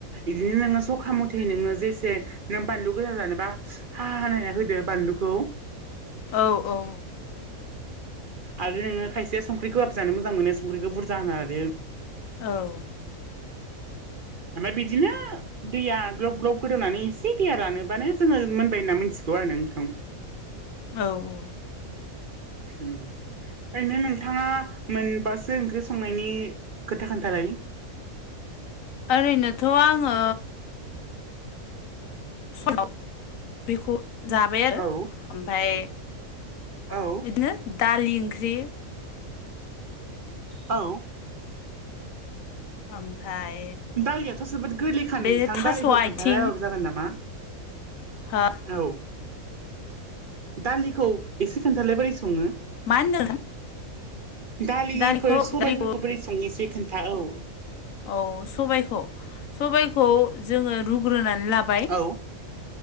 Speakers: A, on the right (about 50°); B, on the left (about 70°).
A: इदिनो नोङो जखा मथे नोङो जेसे नों बानलु गोजा जानोबा हा हा हा होनलायनाय होदो बानलुखौ
B: औ औ औ
A: आरो नोंङो खायसे संख्रिखौ आाब जानो मोजां मोनो संख्रिखौ बुरजा होनो आरो
B: औ
A: ओमफ्राय बिजदिनो दैया ग्लब ग्लब गोदौनानै एसे दैया रानोब्लानो जोङो मोनबाय होनना मिथिगौ आरो नों नोंथां
B: औ
A: ओरैनो नोंथांङा मोनबासो ओंख्रि संनायनि खोथा खोन्थालाय
B: ओरैनोथ' आंङो साव बेखौ जाबाय आरो
A: औ
B: ओमफ्राय
A: औ
B: बिदिनो दालि ओंख्रि
A: औ
B: ओमफ्राय
A: दारिलियाथ' जोबोद गोरलैखा
B: बे
A: नोंथां
B: थास'
A: बारिखौ
B: आथिं
A: खोन्था रायबाबो जागोन नामा
B: हा
A: औ दालिखौ एसे खोन्थालाय बारै संङो
B: मा होनदों
A: दालिफोर
B: दालिखौ
A: सबायफोरखौ
B: दालिखौ
A: बोरै संनोसै खोन्था औ
B: औ सबायखौ सबायखौ जोंङो रुग्रोनानै लाबाय
A: औ